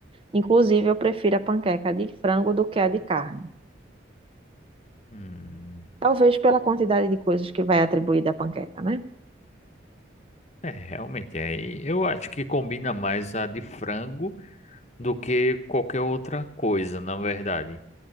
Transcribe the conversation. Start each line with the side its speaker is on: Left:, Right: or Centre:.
Right: Inclusive, eu prefiro a panqueca de frango do que a de carne.
Left: Hum,
Right: Talvez pela quantidade de coisas que vai atribuir da panqueca, né?
Left: é, realmente, aí eu acho que combina mais a de frango do que qualquer outra coisa, na verdade.